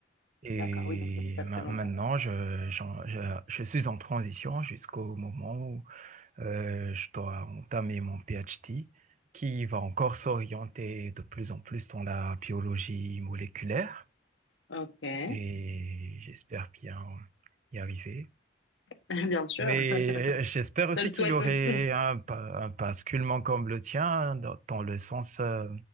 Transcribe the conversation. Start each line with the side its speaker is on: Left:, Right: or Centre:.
Right: et
Left: D'accord. Oui, donc ça fait pas
Right: ma-
Left: très longtemps.
Right: maintenant, je, j'en- je, je suis en transition jusqu'au moment où euh, je dois entamer mon PhD qui va encore s'orienter de plus en plus dans la biologie moléculaire.
Left: Ok. <laughs>
Right: et j'espère bien y arriver.
Left: Bien sûr.
Right: Mais
Left: <laughs> Je
Right: j'espère aussi
Left: te le souhaite
Right: qu'il aurait
Left: aussi.
Right: un, pa- un basculement comme le tien hein, dans, dans le sens euh,